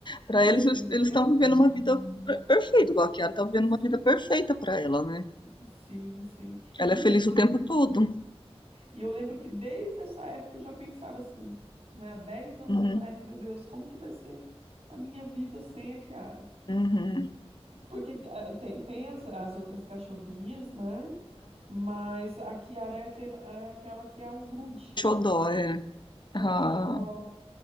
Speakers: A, on the left (about 45°); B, on the right (about 75°).
A: Para
B: E
A: eles,
B: assim,
A: eles
B: eu-
A: estão vivendo uma vida per- perfeita, igual a Kiara tá vivendo
B: sim,
A: uma vida perfeita para ela, né?
B: sim, sim.
A: Ela
B: E
A: é feliz
B: assim,
A: o tempo todo.
B: e eu lembro que desde essa época eu já pensava assim, né, há 10 anos
A: Uhum,
B: atrás, meu Deus, como que vai ser a minha vida sem a Kiara?
A: uhum.
B: Porque ah, tem, tem as, as outras cachorrinhas, né? Mas a Kiara é, aquele, é aquela que é o grude,
A: Xodó, é.
B: é
A: Ah.
B: o xodó.